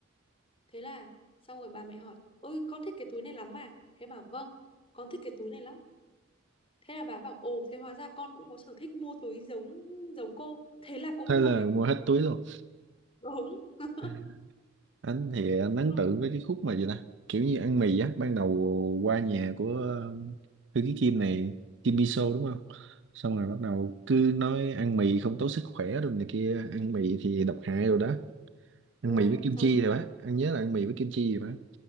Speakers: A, on the left (about 25°); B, on the right (about 60°).
A: Thế là xong rồi bà mẹ hỏi Ôi con thích cái túi này lắm à Thế bảo vâng con thích cái túi này lắm Thế là bà bảo ồ thế hóa ra con cũng có sở thích mua túi giống giống cô Thế là cũng
B: thế
A: mua
B: là
A: hết
B: mua hết túi luôn
A: Đúng <laughs>
B: <laughs> anh thì anh ấn
A: Đúng là
B: tượng với cái khúc mà vậy ta kiểu như ăn mì á ban đầu qua nhà của ờ, thư ký Kim này Kim Miso đúng không xong rồi bắt đầu cứ nói ăn mì không tốt sức khỏe rồi này kia ăn mì thì độc hại rồi đó ăn
A: đúng rồi
B: mì với kim
A: xong
B: chi
A: rồi
B: rồi bác ăn nhớ là ăn mì với kim chi rồi bác